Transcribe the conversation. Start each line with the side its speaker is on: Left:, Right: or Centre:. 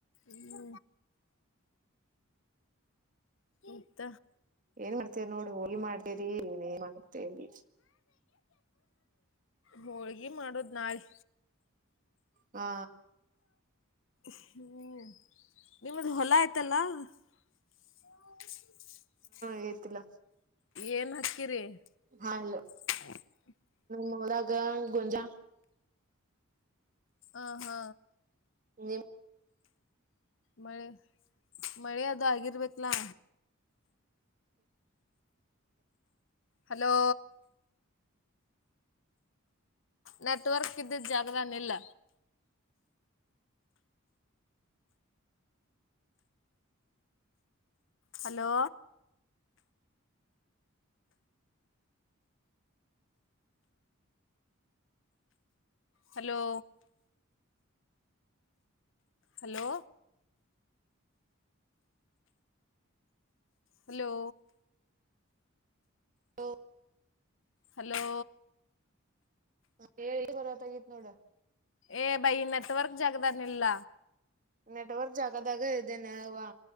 Left: ಹ್ಮ ಇತ
Right: ಏನ್ ಮಾಡ್ತೇರಿ ನೋಡಿ ಹೋಳಿ ಮಾಡ್ತೇರಿ ನೀನ್ ಮಾಡ್ತೇವ್ರ
Left: ಹೋಳ್ಗಿ ಮಾಡೋದು್ ನಾಳೆ
Right: ಹಾ
Left: ಹ್ಮ್ ನಿಮ್ಮದು ಹೊಲ ಆಯ್ತಲ್ಲ ಹ
Right: ಹೇತಿಲ್ಲ
Left: ಏನು ಹಾಕ್ಕಿರಿ
Right: ಹಾಲೋ
Left: ಹ
Right: ಮೋದಾಗ ಗೊಂಜಾ
Left: ಆ ಹಾ
Right: ನಿ್ಮ
Left: ಮಳೆ ಮಳೆ ಅದು ಆಗಿರ್ಬೇಕಲಾ ಹಲೋ ನೆಟ್ವರ್ಕ್ ಇದಿದ್ದ ಜಾಗದ ನಿಲ್ಲ ಹಲೋ ಹಲೋ ಹಲೋ. ಹಲೋ.
Right: ಹ.
Left: ಹಲೋ.
Right: ಹ ಹೇಳಿ ಪರ್ತ ಆಗಿತ್ ನೋಡ.
Left: ಏ ಬೈ ನೆಟ್ವರ್ಕ್ ಜಾಗದಾನ ಇಲ್ಲ.
Right: ನೆಟ್ವರ್ಕ್ ಜಾಗದಾಗ ಇದ್ದೇನೆವಾ.